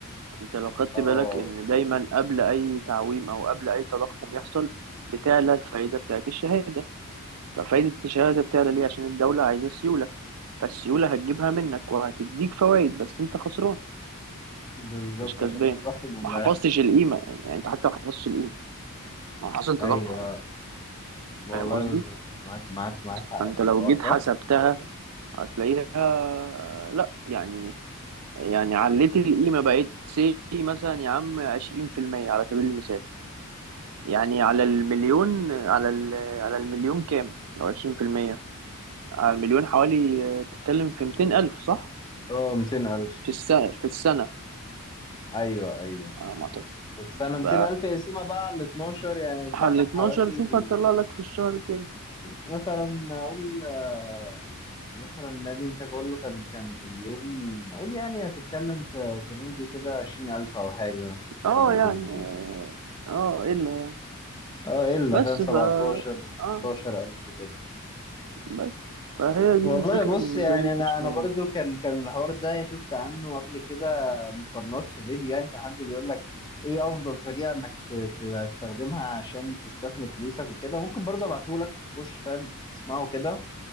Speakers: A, on the right; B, on the left.
A: انت لو خدت
B: اه
A: بالك ان دايما قبل اي تعويم او قبل اي تضخم يحصل بتعلى الفائده بتاعت الشهاده ففائده الشهاده بتعلى ليه عشان الدوله عايزه سيوله فالسيوله هتجيبها منك وهتديك فوائد بس انت خسران
B: بالظبط
A: مش كسبان
B: عشان التضخم اللي
A: ما حفظتش
B: هيحصل
A: القيمه يعني انت حتى ما حفظتش القيمه ما حصل تضخم
B: ايوه والله
A: فاهم قصدي
B: بالظبط معاك معاك معاك حق
A: فانت
B: في
A: لو
B: الحوار
A: جيت
B: ده
A: حسبتها هتلاقيها لا يعني يعني عليت القيمه بقت سي مثلا يا عم 20% على سبيل المثال يعني على المليون على ال- على المليون كام لو 20% على المليون حوالي آه، تتكلم في 200000 صح
B: اه 200000
A: في السنه في السنه
B: ايوه ايوه
A: على ما اعتقد
B: في السنه 200000
A: ف
B: اقسمها بقى على 12 يعني يطلع
A: على
B: لك
A: 12
B: حوالي
A: شوف هتطلع لك في الشهر كام
B: مثلا اقول آه، مثلا نادي انت تقول له كان كان مليون قول يعني هتتكلم في في رينج كده عشرين الف او حاجه
A: اه
B: في الحدود
A: يعني
B: دي
A: اه الا
B: اه الا
A: بس
B: فاهم سبعتاشر
A: ف
B: ستاشر
A: اه
B: الف كده
A: بس فهي دي
B: والله
A: الفكرة
B: بص
A: بالنسبة
B: يعني
A: لي في
B: انا
A: الشهادات
B: انا برضو كان كان الحوار ده يعني شفت عنه قبل كده مقارنات في فيديو يعني كان حد بيقول لك ايه افضل طريقه انك ت- تستخدمها عشان تستثمر فلوسك وكده ممكن برضو ابعته لك تخش فاهم تسمعه كده